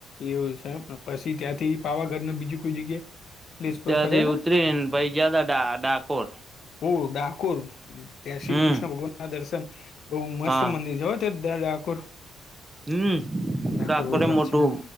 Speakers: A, on the left; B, on the right.
A: એવું છે, એમને પછી ત્યાંથી પાવાગઢ બીજું કોઈ જગ્યાએ પ્લેસ પર
B: ત્યાંથી
A: ફર્યા તા
B: ઉતરીને પહિ ગ્યાતા ડાકોર.
A: હો, ડાકોર ત્યાં શ્રી
B: હમ
A: કૃષ્ણ ભગવાન ના દર્શન બહુ મસ્ત
B: હા
A: મંદિર છે હોત. ત દ ડાકોર. <unintelligible>
B: હમ,
A: ડાકોર
B: ડાકોરે
A: બહુ પ્રાચીન
B: મોટું